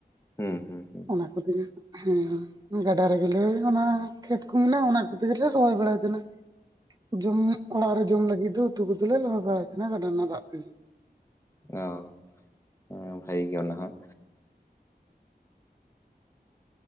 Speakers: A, on the left; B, on the right.
A: ᱦᱩᱸ ᱦᱩᱸ ᱦᱩᱸ
B: ᱚᱱᱟ ᱠᱚᱛᱮᱜᱮ ᱦᱮᱸ ᱜᱟᱰᱟ ᱨᱮᱜᱮᱞᱮ, ᱚᱱᱟ ᱠᱷᱮᱛ ᱠᱚ ᱢᱮᱱᱟᱜᱼᱟ᱾ ᱚᱱᱟ ᱠᱚᱛᱮᱜᱮᱞᱮ ᱨᱚᱦᱚᱭ ᱵᱟᱲᱟᱭ ᱛᱟᱦᱮᱱᱟ᱾ ᱡᱚᱢ ᱚᱲᱟᱜ ᱨᱮ ᱡᱚᱢ ᱞᱟᱹᱜᱤᱫ ᱫᱚ ᱩᱛᱩ ᱠᱚᱫᱚᱞᱮ ᱞᱚᱦᱚᱭ ᱵᱟᱲᱟᱭ ᱛᱟᱦᱮᱱᱟ᱾ ᱜᱟᱰᱟ ᱨᱮᱱᱟ-ᱜ ᱫᱟᱜ ᱛᱮᱜᱮ᱾
A: ᱚ ᱦᱚ ᱵᱷᱟᱜᱤ ᱜᱮᱭᱟ ᱚᱱᱟ ᱦᱚᱸ᱾